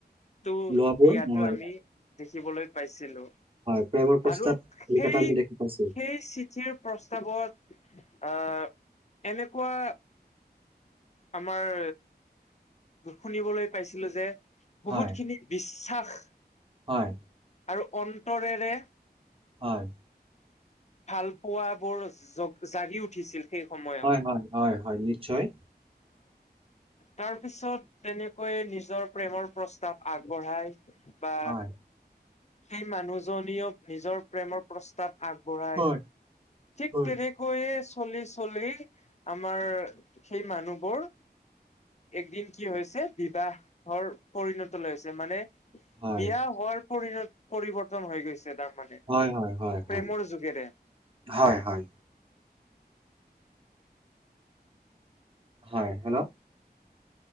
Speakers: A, on the left (about 40°); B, on the right (about 35°).
A: টো
B: লোৱাবোৰ
A: বিয়াতো
B: হয়,
A: আমি দেখিবলৈ পাইছিলো।
B: হয়, প্ৰেমৰ প্ৰস্তাৱ
A: আৰু সেই
B: লিখাটো আমি দেখি
A: -
B: পাইছো।
A: সেই চিঠিৰ প্ৰস্তাৱত আহ এনেকুৱা আমাৰ শুনিবলৈ পাইছিলো যে
B: হয়,
A: বহুতখিনি বিশ্বাস।
B: হয়।
A: আৰু অন্তৰেৰে
B: হয়।
A: ভাল পোৱা বোৰ জ জাৰি উঠিছিল। সেই সময়ত
B: হয় - হয় - হয় - হয় নিশ্চয়।
A: তাৰ পিছত তেনেকৈ নিজৰ প্ৰেমৰ প্ৰস্তাৱ আগবঢ়াই বা,
B: হয়,
A: সেই মানুহজনীয়েক নিজৰ প্ৰেমৰ প্ৰস্তাৱ আগবঢ়ায়।
B: হয়,
A: ঠিক
B: হয়,
A: তেনেকৈয়ে চলি - চলি আমাৰ সেই মানুহবোৰ একদিন কি হৈছে বিবাহৰ পৰিণত ল হৈছে মানে
B: হয়,
A: বিয়া হোৱাৰ পৰিণত পৰিবৰ্তন হৈ গৈছে। তাৰমানানে।
B: হয়, হয়, হয়,
A: প্ৰেমৰ
B: হয়,
A: জুগেৰে।
B: হয় - হয়। হয় হেল্ল',